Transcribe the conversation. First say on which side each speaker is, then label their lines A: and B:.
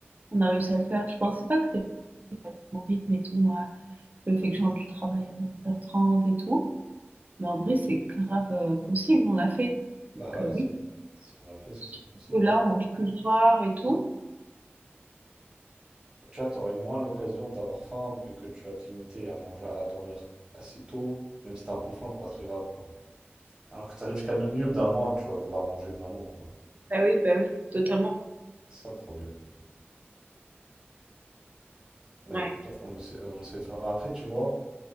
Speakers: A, on the right; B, on the right.
A: on a réussi à le faire. Je pensais pas que c'était mon rythme et tout, moi, le fait que j'ai du travail à vingt heures trente et tout. Mais en vrai, c'est grave euh, possible, on l'a fait.
B: Bah
A: Donc
B: ouais,
A: euh, oui,
B: c'est- si on l'a fait, c'est
A: surtout
B: que c'est possible.
A: que là,
B: hein.
A: on mange plus le soir et tout.
B: Et tu vois, t'aurais moins l'occasion d'avoir faim vu que tu vas te limiter à manger, à dormir assez tôt. Même si t'as un peu faim, c'est pas très grave, quoi. Alors que t'arrives jusqu'à minuit, au bout d'un moment, tu vas vouloir manger vraiment, quoi.
A: Bah oui, bah oui, totalement.
B: C'est ça le problème. Bah
A: Ouais.
B: écoute, on essaie, on essaie de faire. Après, tu vois,